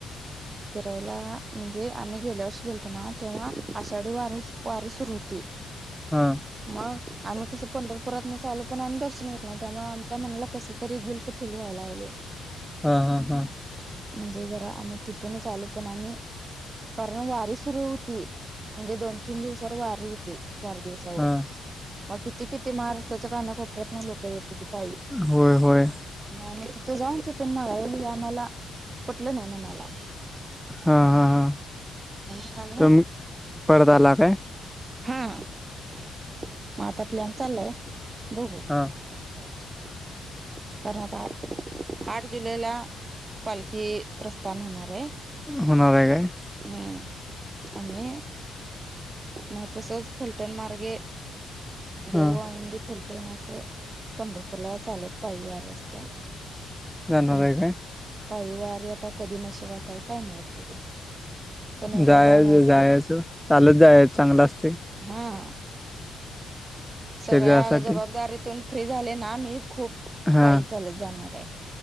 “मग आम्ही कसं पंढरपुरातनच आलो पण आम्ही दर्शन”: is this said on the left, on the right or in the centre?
Right